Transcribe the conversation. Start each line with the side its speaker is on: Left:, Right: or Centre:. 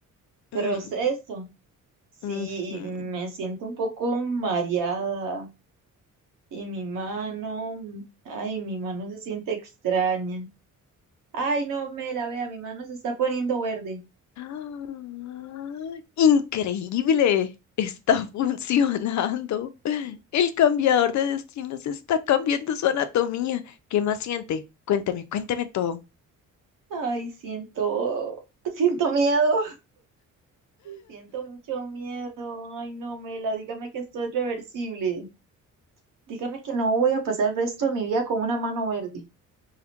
Right: Proceso.
Left: Ujú,
Right: Sí,
Left: ujú.
Right: me siento un poco mareada y mi mano, ay, mi mano se siente extraña. Ay, no me la vea, mi mano se está poniendo verde.
Left: ¡Ah! increíble, está <laughs> funcionando. El cambiador de destinos está cambiando su anatomía. ¿Qué más siente? Cuénteme, cuénteme todo.
Right: Ay, siento, <laughs> siento miedo. Siento mucho miedo. Ay, no, Mela, dígame que esto es reversible. Dígame que no voy a pasar el resto de mi vida con una mano verde.